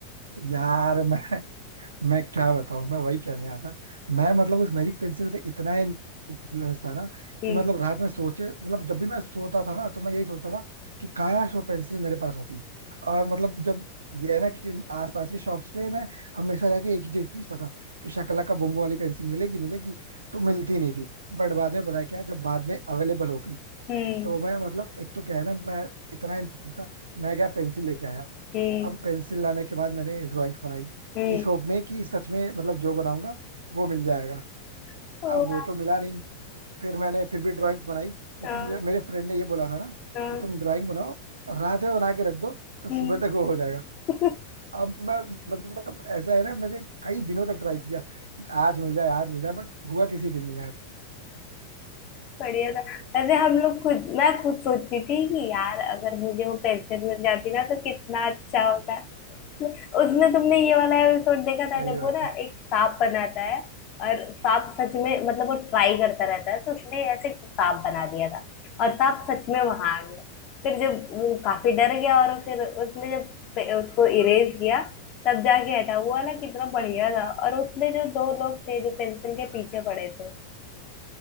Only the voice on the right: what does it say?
यार मैं मैं क्या बताऊँ मैं वही कहने आया था मैं मतलब उस मैजिक पेंसिल से इतना इन्फ्लुएंस था ना
कि मतलब रात में सोचे मतलब जब भी मैं सोता था ना तो मैं यही सोचता था कि काश वो पेंसिल मेरे पास होती और मतलब जब ये है ना कि आसपास के शॉप्स पे मैं हमेशा जाके एक ही चीज पूछता था कि शकला का बुम्बो वाली पेंसिल मिलेगी मिलेगी तो मिलती नहीं थी बट बाद में पता है क्या जब बाद में अवेलेबल हो गई
तो मैं मतलब एक तो क्या है ना मैं इतना इन्फ्लुएंस था मैं गया पेंसिल लेके आया
अब पेंसिल लाने के बाद मैंने ड्राइंग्स बनाई
इस होप में कि सच में मतलब जो बनाऊंगा वो मिल जाएगा
अब वो तो मिला नहीं फिर मैंने फिर भी ड्राइंग्स बनाई क्योंकि
मेरे, मेरे फ्रेंड ने ये बोला था ना
कि तुम ड्राइंग बनाओ और रात में बना के रख दो तो सुबह
तक वो हो जाएगा
अब मैं मतलब ऐसा है ना मैंने कई दिनों तक ट्राई किया आज मिल जाए आज मिल जाए बट हुआ किसी दिन नहीं यार
सही
बात
है